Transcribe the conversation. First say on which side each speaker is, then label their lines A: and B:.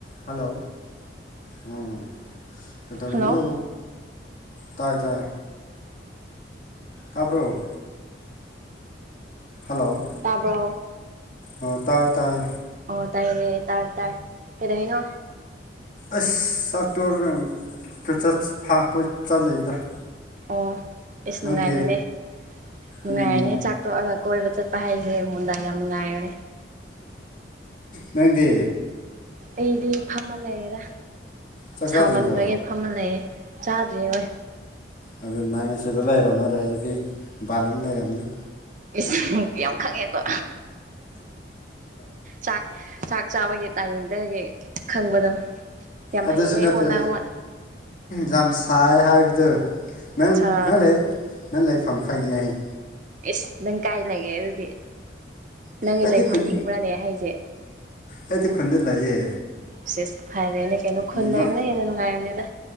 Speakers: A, on the left; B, on the right.
A: Hello ꯑꯥ ꯀꯩꯗꯧꯔꯤꯅꯣ
B: hello
A: ꯇꯥꯏ ꯇꯥꯢ ꯇꯥꯕ꯭ꯔꯣ ꯍꯜꯂꯣ
B: ꯇꯥꯔꯕꯣ
A: ꯑꯣ ꯇꯥꯔ° ꯇꯥꯔꯦ
B: ꯑꯣ ꯇꯥꯏꯔꯦ ꯇꯥꯔ ꯇꯥꯔ ꯀꯩꯗꯧꯅꯣ
A: ꯑꯁ ꯆꯥꯛꯠꯇꯒ ꯀꯣꯏꯆꯠ ꯐꯥ ꯀꯣꯏ ꯆꯠꯂꯤꯗ <inaudible>
B: ꯑꯣ ꯏꯁ
A: ꯅꯪꯗꯤ
B: ꯅꯨꯡꯉꯥꯏꯔꯦꯅꯦ ꯅꯨꯡꯉꯥꯏꯔ°ꯅꯦ
A: ꯎꯝ
B: ꯆꯥꯛ ꯇꯣꯛꯑꯒ ꯀꯣꯏꯕ ꯆꯠꯄ ꯍꯥꯏꯁꯦ ꯃꯨꯟꯗꯥ ꯌꯥꯝ ꯅꯨꯡꯉꯥꯏꯕꯅꯦ
A: ꯅꯪꯗꯤ
B: ꯑꯩꯗꯤ ꯐꯝꯃ ꯂꯩꯔꯦꯗ
A: ꯆꯥꯛ
B: ꯁꯥꯃꯟꯕꯒꯤ
A: ꯆꯥꯗ꯭ꯔꯤꯕꯣ
B: ꯐꯝꯃ ꯂꯩꯌꯦꯦ ꯆꯥꯗ꯭ꯔꯤ ꯑꯣꯏ
A: ꯑꯗꯨ ꯅꯪ ꯁꯤꯗ ꯂꯩꯔꯝꯃꯔꯢ ꯑꯗꯨꯗꯤ ꯃꯄꯥꯜ ꯂꯥꯝꯗ ꯂꯩꯔꯝꯅꯤ
B: ꯏꯁ ꯌꯥꯝ ꯈꯪꯉꯦꯀꯣ ꯆꯥꯛ ꯆꯥꯛ ꯆꯥꯕꯒꯤ ꯇꯥꯏꯃꯤꯡꯗꯒꯤ ꯈꯪꯕꯗꯣ ꯌꯥꯝ
A: ꯑꯗꯨꯁꯨ
B: ꯍꯩꯌꯦ
A: ꯅꯠꯇꯦ
B: ꯏꯕꯣ ꯅꯪ ꯑꯃꯥ
A: ꯌꯥꯝ ꯁꯥꯏꯌꯦ ꯍꯥꯏꯕꯗꯨ ꯅꯪ
B: ꯑꯠꯆꯥ
A: ꯅꯪ ꯅꯪ ꯂꯩꯐꯝ ꯈꯪꯉꯦ ꯑꯩ꯫
B: ꯑꯦꯁ ꯅꯪ ꯀꯥꯏ ꯂꯩꯒꯦ ꯑꯗꯨꯗꯤ ꯅꯪꯒꯤ
A: ꯑꯩꯗꯤ
B: ꯂꯩꯐꯝ
A: ꯈꯨꯟ
B: ꯏꯪꯕ꯭ꯔꯅꯦ ꯍꯥꯏꯁꯦ
A: ꯑꯩꯗꯤ ꯈꯨꯟꯗ ꯂꯩꯌꯦ
B: ꯁꯤꯦꯁ ꯐꯥꯏꯔꯦꯅꯦ ꯀꯩꯅꯣ ꯈꯨꯜ ꯂꯩꯕꯅꯤꯅ
A: ꯅ
B: ꯍꯦꯟꯅ ꯅꯨꯡꯉꯥꯏꯔꯕꯅꯤꯗ